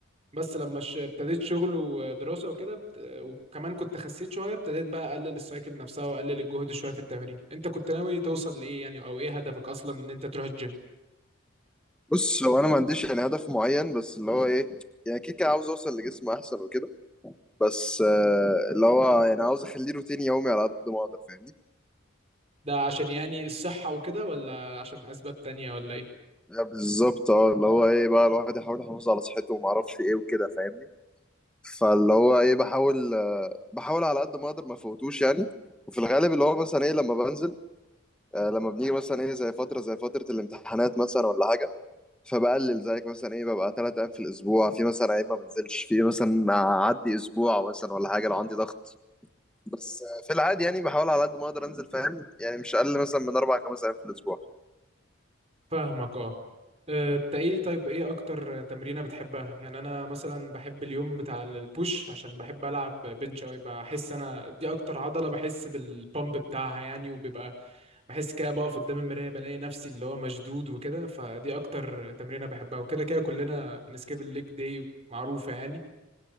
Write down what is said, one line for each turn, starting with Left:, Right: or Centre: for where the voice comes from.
Right: بس لما ش- ابتديت شغل ودراسه وكده بت- آه، وكمان كنت خسيت شويه ابتديت بقى اقلل السايكل نفسها واقلل الجهد شويه في التمرين انت كنت ناوي توصل لايه يعني او ايه هدفك اصلا ان انت تروح الجيم
Centre: بص هو انا ما عنديش يعني هدف معين بس اللي هو ايه يعني كيكه عاوز اوصل لجسم احسن وكده بس آه، اللي هو يعني عاوز اخليه روتين يومي على قد ما اقدر فاهمني
Right: ده عشان يعني الصحة وكده ولا عشان أسباب تانية ولا إيه؟
Centre: آه، بالظبط اه اللي هو ايه بقى الواحد يحاول يحافظ على صحته وما اعرفش ايه وكده فاهمني فاللي هو ايه بحاول آه، بحاول على قد ما اقدر ما فوتوش يعني وفي الغالب اللي هو مثلا ايه لما بنزل آه، لما بنيجي مثلا ايه زي فتره زي فتره الامتحانات مثلا ولا حاجه فبقلل زيك مثلا ايه ببقى ثلاث ايام في الاسبوع في مثلا ايام ما بنزلش في مثلا اعدي اسبوع مثلا ولا حاجه لو عندي ضغط بس آه، في العادي يعني بحاول على قد ما اقدر انزل فاهم يعني مش اقل مثلا من اربع خمس ايام في الاسبوع
Right: فاهمك اه آه، انت ايه طيب ايه اكتر تمرينة بتحبها يعني انا مثلا بحب اليوم بتاع البوش عشان بحب العب بنش اوي بحس انا دي اكتر عضلة بحس بالبامب بتاعها يعني وبيبقى بحس كده بقف قدام المراية بلاقي نفسي اللي هو مشدود وكده فدي اكتر تمرينة بحبها وكده كده كلنا بنسكيب الليج داي معروفة يعني